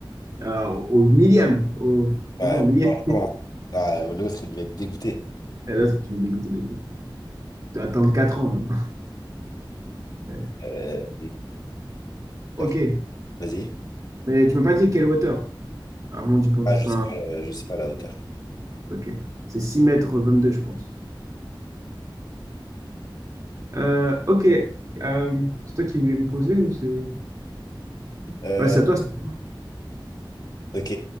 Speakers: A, on the right; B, on the left.
A: euh, au millième. Au, franchement,
B: Ouais,
A: au millième.
B: franchement. Ah, l'autre, il devait être dégoûté.
A: Et l'autre, je vais dégoûter de ouf. de attendre 4 ans maintenant. Ouais.
B: Euh, tac,
A: Ok.
B: vas-y.
A: Mais tu m'as pas dit quelle hauteur? Armand Duplantis.
B: Ah, je
A: Enfin,
B: sais pas, euh, je sais pas la hauteur.
A: ok. C'est 6 mètres 22 je pense. Euh, ok. Euh, c'est toi qui voulais me poser ou c'est.
B: Euh,
A: Ouais, c'est à toi, c'est
B: ok.